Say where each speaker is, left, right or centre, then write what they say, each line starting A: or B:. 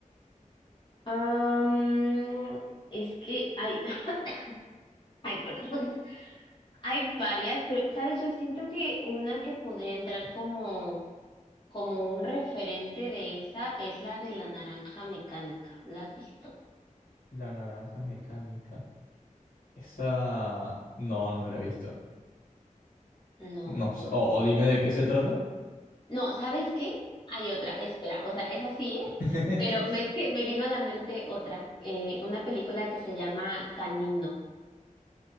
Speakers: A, on the left; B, on the left.
A: Am, es que hay, <laughs> ay, perdón, <laughs> hay varias, pero, ¿sabes? Yo siento que una que podría entrar como, como un referente de esa es la de la naranja mecánica. ¿La has visto?
B: La naranja mecánica. Esa... No, no la he visto.
A: No.
B: No sé. O, o dime de qué se trata.
A: No, ¿sabes qué? Hay otra, espera, o sea, esa sí es,
B: <laughs>
A: pero me- es que me vino a la mente otra, eh, una película que se llama Canino.